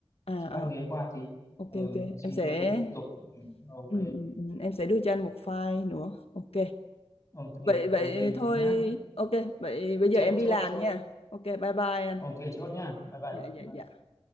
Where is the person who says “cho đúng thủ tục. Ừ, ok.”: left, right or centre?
Left